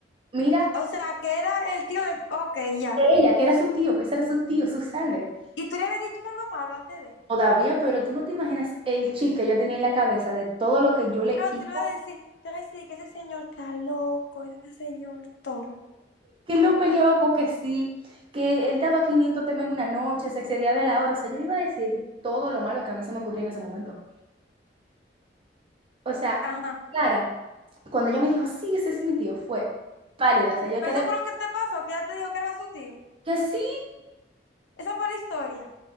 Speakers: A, on the right; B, on the left.
A: Mira,
B: O sea, que era el tío del... Ok, ya.
A: ella, que era su tío, que ese era su tío, su sangre.
B: ¿Y tú le habías dicho algo malo antes de?
A: Todavía, pero tú no te imaginas el chip que ella tenía en la cabeza de todo lo que yo le
B: No,
A: hice,
B: tú le ibas a decir, te ibas a decir que ese señor está loco, ese señor tonto.
A: que él no peleaba porque sí, que él daba 500 temas en una noche, se excedía de la hora. O sea, yo le iba a decir todo lo malo que a mí se me ocurría en ese momento. O sea,
B: Ajá.
A: Clara, cuando ella me dijo, sí, ese es mi tío, fue pálida. O sea, yo
B: Pero
A: quedé,
B: eso fue lo que te pasó, que ya te dijo que era su tío.
A: que sí,
B: Esa fue la historia.